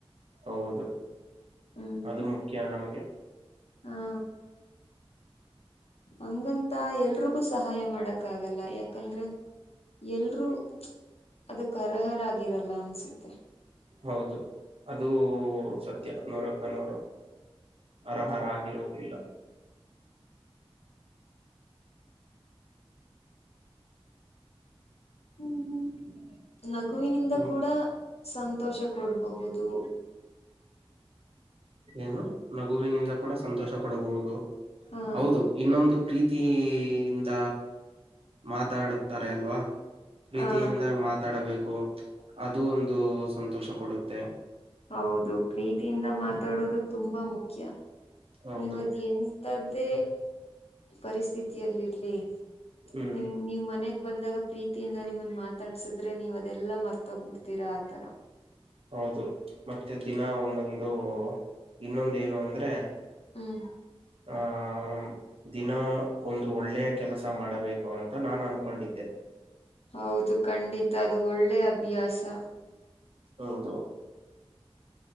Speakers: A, on the right (about 70°); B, on the left (about 80°).
A: ಹೌದು
B: ಹ್ಮ್
A: ಅದು ಮುಖ್ಯ ನಮಗೆ
B: ಹಾ ಹಂಗಂತ ಎಲ್ರಿಗೂ ಸಹಾಯ ಮಾಡಕ್ಾಗಲ್ಲ ಯಾಕಂದ್ರೆ ಎಲ್ರುೂ ಅದಕ್ಕೆ ಅರ್ಹರಾಗಿಿರಲ್ಲ ಅನ್ಸುತ್ತೆ
A: ಹೌದು ಅದುೂ ಸತ್ಯ ನೂರಕ್ಕ ನೂರು ಅರ್ಹರ ಆಗಿರುವುದಿಲ್ಲ
B: ಹ್ಮ ನಗುವಿನಿಂದ
A: ಹ್ಮ್.
B: ಕೂಡ ಸಂತೋಷ ಕೊಡಬಹುದು
A: ಏನು ನಗುವಿನಿಂದ ಕೂಡ ಸಂತೋಷ ಕೊಡಬಹುದು
B: ಹಾ
A: ಹೌದು ಇನ್ನೊಂದು ಪ್ರೀತಿಯಿಂದ ಮಾತಾಡುತ್ತಾರೆ ಅಲ್ವಾ ಪ್ರೀತಿಯಿಂದ
B: ಹಾ
A: ಮಾತಾಡಬೇಕು ಅದು ಒಂದು ಸಂತೋಷ ಕೊಡುತ್ತೆ
B: ಹೌದು ಪ್ರೀತಿಯಿಂದ ಮಾತಾಡೋದು ತುಂಬಾ ಮುಖ್ಯ
A: ಹೌದು
B: ನೀವದ್ ಎಂಂತದ್ದೇ ಪರಿಸ್ಥಿತಿಯಲ್ಲಿರ್ಲಿ
A: ಹ್ಮ್
B: ನಿಮ್ ನೀವ್ ಮನ್ ಬಂದಾಗ ಪ್ರೀತಿಯಿಂದ ನಿಮ್ಮನ್ ಮಾತಾಡ್ಸಿದ್ರೆ ನೀವ ಅದೆಲ್ಲಾ ಮರ್ತೋಗ್ಬಿಡ್ತೀರಾ ಆತರ
A: ಹೌದು ಮತ್ತೆ ದಿನ ಒಂದೊಂದು ಇನ್ನೊಂದ ಏನು ಅಂದ್ರೆ
B: ಹ್ಮ್
A: ಹ ಹ ದಿನ ಒಂದು ಒಳ್ಳೆಯ ಕೆಲಸ ಮಾಡಬೇಕು ಅಂತ ನಾನು ಅನ್ಕೊಂಡಿದ್ದೆ
B: ಹೌದು ಖಂಡಿತ ಅದು ಒಳ್ಳೆ ಅಭ್ಯಾಸ
A: ಹೌದು